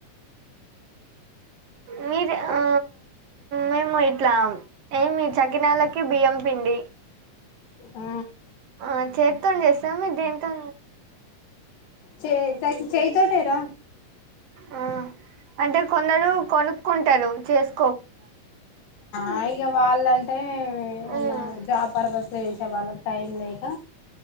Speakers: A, on the right; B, on the left.
A: మీది ఆ మేము ఇట్లా ఏమి చకినాలకి బియ్యం పిండి
B: ఆ
A: ఆ చేత్తో జేస్తాము దింతో
B: చే చేయితోటేరా
A: ఆ అంటె కొందరు కొనుక్కుంటారు చెస్
B: అ ఇగ వాళ న్న
A: ఉమ్
B: జాబ్ పర్పస్ వేసే వాళ్ళ టైం లేక